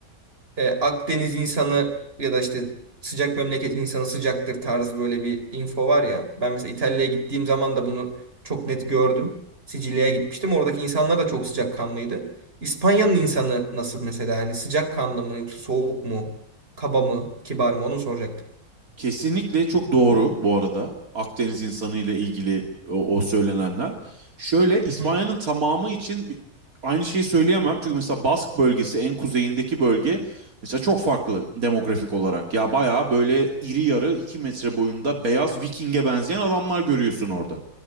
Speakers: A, on the right; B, on the right.
A: E, Akdeniz insanı ya da işte sıcak memleketin insanı sıcaktır tarzı böyle bir info var ya. Ben mesela İtalya'ya gittiğim zaman da bunu çok net gördüm. Sicilya'ya gitmiştim. Oradaki insanlar da çok sıcakkanlıydı. İspanya'nın insanı nasıl mesela? Yani sıcakkanlı mı yoksa soğuk mu? Kaba mı? Kibar mı? Onu soracaktım.
B: Kesinlikle çok doğru bu arada. Akdeniz insanıyla ilgili o, o söylenenler. Şöyle İspanya'nın
A: Hı hı.
B: tamamı için bi- aynı şeyi söyleyemem. Çünkü mesela Bask bölgesi en kuzeyindeki bölge mesela çok farklı demografik olarak. Ya bayağı böyle iri yarı 2 metre boyunda beyaz Viking'e benzeyen adamlar görüyorsun orada.